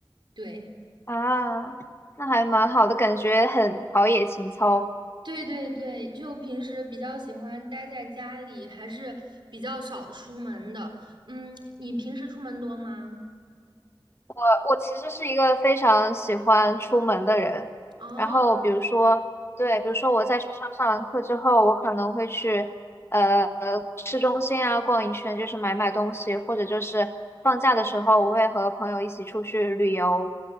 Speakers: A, on the right; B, on the left.
A: 对。
B: 啊？那还蛮好的，感觉很陶冶情操。
A: 对对对，就平时比较喜欢待在家里，还是比较少出门的。嗯，你平时出门多吗？
B: 我我其实是一个非常喜欢出门的人，
A: 哦，
B: 然后比如说，对，比如说我在学校上完课之后，我可能会去呃呃市中心啊逛一圈，就是买买东西，或者就是放假的时候，我会和朋友一起出去旅游，